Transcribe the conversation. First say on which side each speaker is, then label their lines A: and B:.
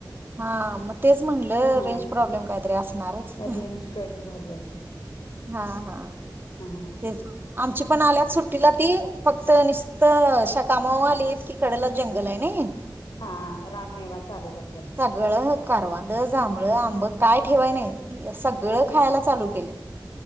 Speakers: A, on the right (about 30°); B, on the left (about 70°).
A: हा मग तेच म्हटलं
B: हा
A: रेंज प्रॉब्लेम काहीतरी असणारच हाह
B: रेंज कट <inaudible>
A: हा हा
B: हा
A: तेच आमची पण आल्यात सुट्टीला ती फक्त निसत अशा कामाव आलित कि कडला जंगल हाय नी
B: हा रानमेवा चालू करतात
A: सगळं करवांध जाम - मूळ, आंबं काय ठेवाय नाही सगळं खायला चालू केलय